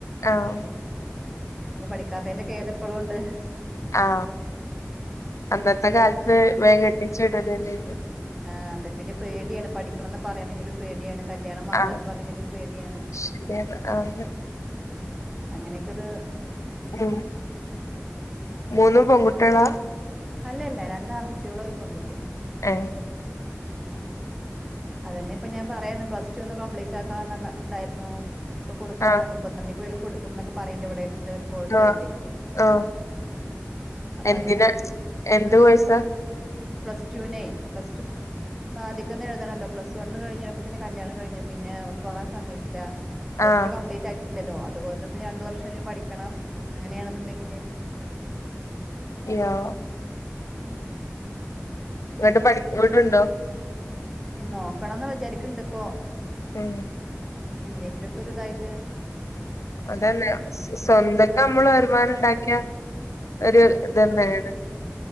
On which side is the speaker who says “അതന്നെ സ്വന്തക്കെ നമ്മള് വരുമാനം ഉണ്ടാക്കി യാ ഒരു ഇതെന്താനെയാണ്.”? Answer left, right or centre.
Left